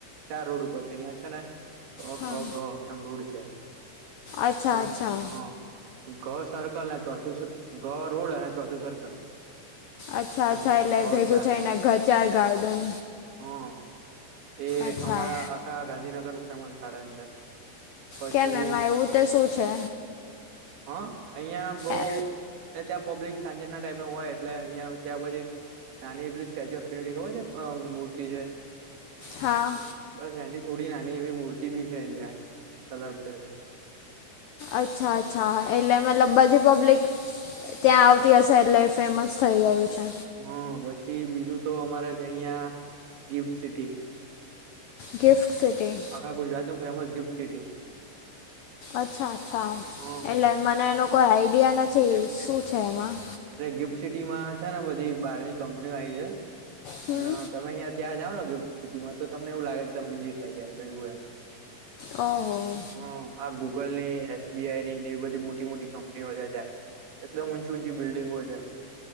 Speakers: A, on the right; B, on the left.
A: ચાર રોડ ઉપર છે અહિયાં છે ને ક
B: હા
A: ખ ગ એમ રોડ છે
B: અચ્છા
A: એમ
B: અચ્છા
A: હા ઘ સર્કલ અને ચોથું ઘ રોડ અને ચોથું સર્કલ
B: અચ્છા અચ્છા
A: એમ
B: એટલે
A: ઘ
B: ભેગું
A: ચાર
B: થઈને ઘચાર ગાર્ડન
A: હા એ
B: અચ્છા
A: અમારા આખા ગાંધીનગર નું ફેમસ ગાર્ડન છે પછી
B: કેમ એમાં એવું તો શું છે
A: હા! અહિયાં બઉ.
B: એ
A: એટલે ત્યાં પબ્લિક સાંજે ના ટાઈમે હોય. એટલે અહિયાં ત્યાં પછી. નાની એલી સ્ટેચ્યુ ઓફ યુનિટી ખબર છે. મૂર્તિ છે.
B: હા!
A: બસ ત્યાંથી થોડી નાની એવી મૂર્તિ બી છે. જ્યાં સરદાર પટેલ.
B: અચ્છા અચ્છા. એટલે મતલબ બધ પબ્લિક ત્યાં આવતી હશે. એટલે ફેમસ થઈ ગયું છે.
A: હા! પછી બીજું તો અમારે છે, અહિયાં ગિફ્ટ સિટી.
B: Gifts city.
A: આખા ગુજરાત નુ ફેમસ ગિફ્ટ સિટી.
B: અચ્છા અ્છા!
A: હા
B: એટલે મને એનો કોઈ આઈડિયા નથી. શું છે એમાં?
A: એ ગિફ્ટ સિટી માં છે ને, બધી બહારની કંપનીઓ આવી છે.
B: હમ
A: અને તમે અહિયાં ત્યાં જાઓ ને ગેફ્ટ સિટીમાં, તો તમને એવું લાગે કે, તમે વિદેશ ગયા છો એવું એમ.
B: ઓહ!
A: હ આ ગૂગલ ની, એસબીઆઈ ની એવી બધી મોટી મોટી કંપનીઓ છે. ત્યાં. એકદમ ઊંચી ઊંચી બિલ્ડિંગો છે.